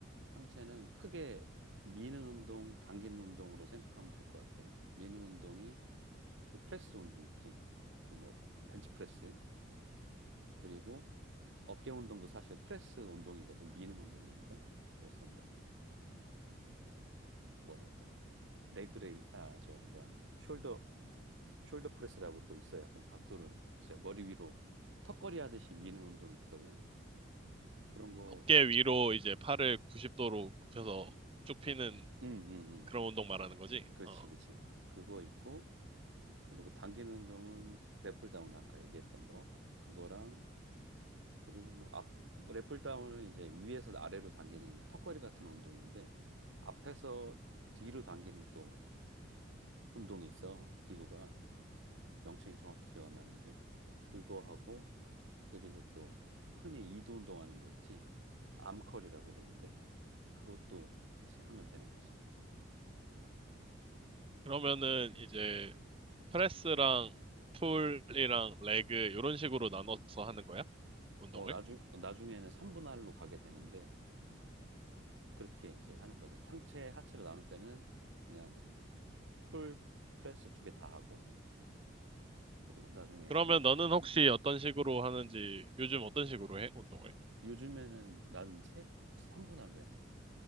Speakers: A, on the right (about 70°); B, on the right (about 30°).
A: 상체는 크게 미는 운동, 당기는 운동으로 생각하면 될 것 같아. 미는 운동이 그 프레스 운동 있지. 그 뭐, 벤치프레스. 그리고 어깨 운동도 사실 프레스 운동이거든. 미는 운동이니까. 그래서 뭐, 뭐랄까. 레그레이, 아, 저, 뭐야. 숄더, 숄더 프레스라고 또 있어. 약간 각도를 진짜 머리 위로 턱걸이 하듯이 미는 운동이 있거든. 그런 거
B: 어깨
A: 있고.
B: 위로 이제 팔을 90도로 굽혀서 쭉 피는
A: 응, 응, 응.
B: 그런 운동 말하는 거지.
A: 그렇지,
B: 어.
A: 그렇지. 그거 있고. 그리고 당기는 운동은 랫풀다운 아까 얘기했던 거 그거랑 그리고 뭐 앞 랫풀다운은 이제 위에서 아래로 당기는 턱걸이 같은 운동인데 앞에서 뒤로 당기는 또 운동이 있어 기구가 명칭이 정확히 기억 안 나는데 그거 하고 그리고 또 흔히 이두 운동하는 거 있지 암컬이라고 그러는데 그것도 이제 하면 되는 거지
B: 그러면은 이제 프레스랑 풀이랑 레그 이런 식으로 나눠서 하는 거야? 운동을?
A: 어 나중 어, 나중에는 삼분할로 가게 되는데 그, 그렇게 이제 하는 거지 상체 하체로 나눌 때는 그냥 풀 프레스 두 개 다 하고 그리고 나중에
B: 그러면
A: 한
B: 너는
A: 음,
B: 혹시
A: 음, 음.
B: 어떤 식으로 하는지 요즘 어떤 식으로 해? 운동을?
A: 요즘에는 난세 3분할로 해.